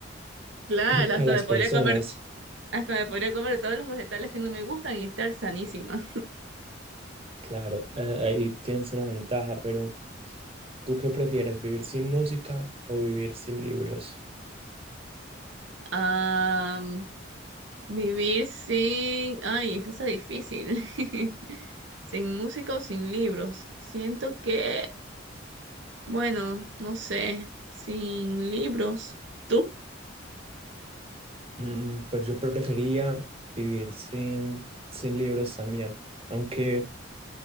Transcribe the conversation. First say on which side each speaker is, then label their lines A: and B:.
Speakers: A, on the right; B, on the right.
A: Claro,
B: <clears throat>
A: hasta
B: a las
A: me podría
B: personas.
A: comer, hasta me podría comer todos los vegetales que no me gustan y estar sanísima.
B: Claro, eh, ahí tienes una ventaja, pero ¿tú qué prefieres, vivir sin música o vivir sin libros?
A: Ah, vivir sin, ay, eso está difícil. <laughs> Sin música o sin libros. Siento que, bueno, no sé, sin libros. ¿Tú?
B: Mm, Pues yo preferiría vivir sin, sin libros también, aunque